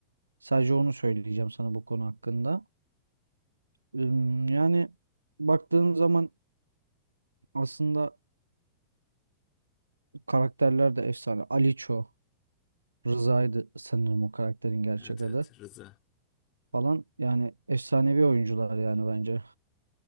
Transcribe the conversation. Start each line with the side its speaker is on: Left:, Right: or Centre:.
Right: Sadece onu söyleyeceğim sana bu konu hakkında. Üm, Yani baktığın zaman aslında karakterler de efsane. Aliço, Rıza'ydı sanırım o karakterin gerçek
Left: Evet
Right: adı
Left: evet Rıza.
Right: falan. Yani efsanevi oyuncular yani bence.